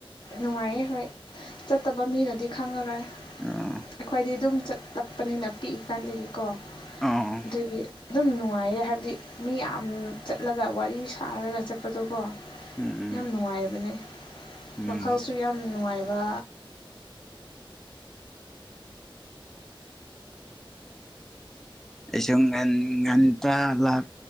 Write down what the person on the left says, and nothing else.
ꯅꯨꯡꯉꯥꯏꯌꯦ ꯍꯣꯏ ꯆꯠꯇꯕ ꯃꯤꯅꯗꯤ ꯈꯪꯉꯔꯣꯏ
ꯑꯩꯈꯣꯏꯗꯤ ꯑꯗꯨꯝ ꯆꯠꯂꯛꯄꯅꯤꯅ ꯄꯤꯛꯏꯀꯥꯟꯗꯒꯤꯀꯣ
ꯑꯗꯨꯒꯤ ꯑꯗꯨꯝ ꯅꯨꯡꯉꯥꯏꯌꯦ ꯍꯥꯏꯕꯗꯤ ꯃꯤ ꯌꯥꯝ ꯆꯠꯂꯒ ꯋꯥꯔꯤ ꯁꯥꯔꯒ ꯆꯠꯄꯗꯣꯀꯣ
ꯌꯥꯝ ꯅꯨꯡꯉꯥꯏꯕꯅꯦ
ꯋꯥꯈꯜꯁꯨ ꯌꯥꯝ ꯅꯨꯡꯉꯥꯏꯕ